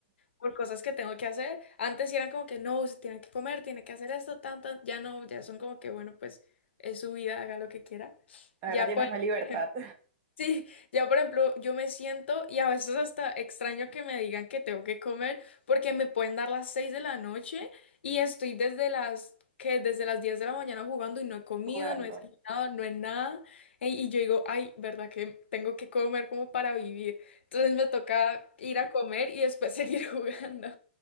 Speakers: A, on the left; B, on the right.
A: por cosas que tengo que hacer. Antes sí eran como que no, se tiene que comer, tiene que hacer esto, tanto, ya no, ya son como que bueno, pues es su vida, haga lo que quiera.
B: ahora
A: Ya
B: tienes
A: puedo,
B: más
A: por
B: libertad
A: Sí, ya por ejemplo, yo me siento y a veces hasta extraño que me digan que tengo que comer porque me pueden dar las 6 de la noche y estoy desde las que desde las 10 de la mañana jugando y no he comido,
B: <laughs> jugando.
A: no he desayunado, no he nada. E- Y yo digo, ay, ¿verdad que tengo que comer como para vivir? Entonces me toca ir a comer y después seguir <laughs> jugando.